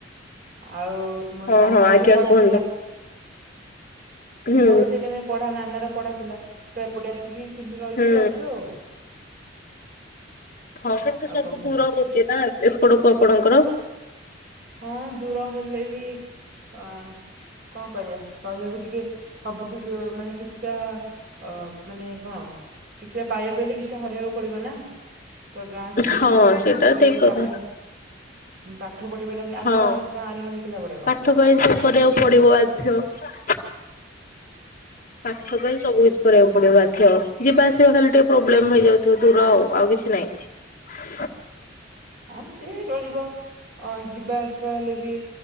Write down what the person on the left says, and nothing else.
ହଁ-
ହଁ ଆଜ୍ଞା
କୁହନ୍ତୁ।
ହୁଁ
ହୁଁ।
ହଁ କିନ୍ତୁ
ସବୁ
ଦୂର ହଉଚି ନା ଏପଟକୁ ଆପଣଙ୍କର?
ହଁ
ସେଇଟା
ଠିକ କଥା।
ହଁ
ପାଠ ପାଇଁ ସବୁ କରିବାକୁ ପଡିବ ବାଧ୍ୟ। ପାଠ ପାଇଁ ସବୁ କିଛି କରିବାକୁ ପଡିବ ବାଧ୍ୟ ଯିବା ଆସିବା ଖାଲି ଟିକେ ପ୍ରୋବ୍ଲେମ ହେଇଯାଉ ତୁ ଦୂର ଆଉ କିିଛି ନାଇ।